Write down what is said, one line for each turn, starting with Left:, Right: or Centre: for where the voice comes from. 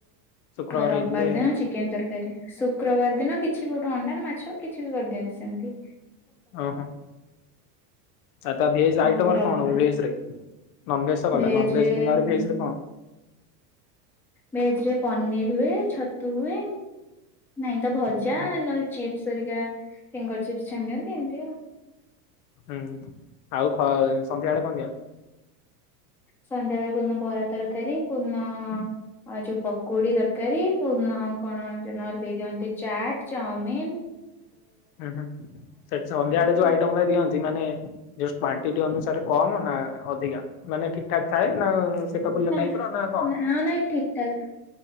Left: ଶୁକ୍ରବାର
Centre: ଆଉ ରବିବାର
Left: ହେଇଥିଲେ
Centre: ଦିନ ଚିକେନ ତରକାରୀ ଶୁକ୍ରବାର ଦିନ କିଛି ଗୋଟ ଅଣ୍ଡା ମାଛ କିଛି ବି କରିଦିଅନ୍ତି ସେମତି।
Left: ଓହୋ <inaudible> ଆ ତା ଭେଜ ଆଇଟମରେ
Centre: ଆଉ ରବିବାର
Left: କଣ, ହୁଏ ଭେଜରେ? ନନଭେଜ୍ ତ ଗଲା
Centre: ଭେଜ
Left: ନନଭେଜ୍
Centre: ରେ
Left: ଦିନରେ ଭେଜରେ କଣ?
Centre: ଭେଜ ରେ ପନିର ହୁଏ ଛତୁ ହୁଏ। ନାଇଁ ତ ଭଜା
Left: ହୁଁ ହୁଁ
Centre: ନହେଲେ ଚିପ୍ ସରିକା ଫିଙ୍ଗର ଚିପ୍ସ ଛାଣିଦିଅନ୍ତି ଏମତି ଆଉ।
Left: ହୁଁ, ଆଉ ଖରା ସନ୍ଧ୍ୟାବେଳେ କଣ ଦିଅନ୍ତି?
Centre: ସନ୍ଧ୍ୟା ବେଳେ କଉ ଦିନ ବରା ତରକାରୀ, କଉ ଦିନ ଯୋଉ ପକୁଡି ତରକାରୀ, କଉ ଦିନ କଣ ଯ ନହେଲେ ଦେଇଦିଅନ୍ତି ଚାଟ୍ ଚାଉମିିନ୍।
Left: ହୁଁହୁଁହୁଁ ସେଠି ସନ୍ଧ୍ୟା ଆଡେ
Centre: ସବୁ
Left: ଯୋଉ ଆଇଟମଟା ଦିଅନ୍ତି ମାନେ ଜଷ୍ଟ୍ <unintelligible> ସେଠି ଅନୁସାରେ କମ୍ ନା ଅଧିକା ମାନେ ଠିକଠାକ୍ ଥାଏ ନା ପେଟ ଫୁଲ
Centre: ନାଁ,
Left: ଟାଇପ ର କଣ?
Centre: ନା ନାଇଁ ଠିକଠାକ୍ ଥାଏ